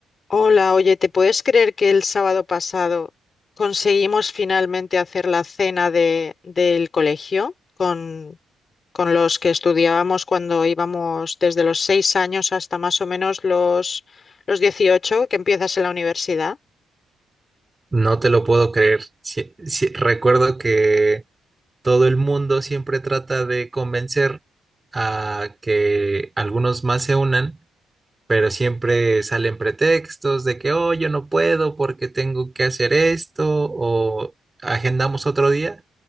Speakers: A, on the left; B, on the right.
A: Hola, oye, ¿te puedes creer que el sábado pasado conseguimos finalmente hacer la cena de, del colegio con, con los que estudiábamos cuando íbamos desde los seis años hasta más o menos los, los 18 que empiezas en la universidad?
B: No te lo puedo creer. Sí- sí, recuerdo que todo el mundo siempre trata de convencer a que algunos más se unan, pero siempre salen pretextos de que, oh, yo no puedo porque tengo que hacer esto o agendamos otro día.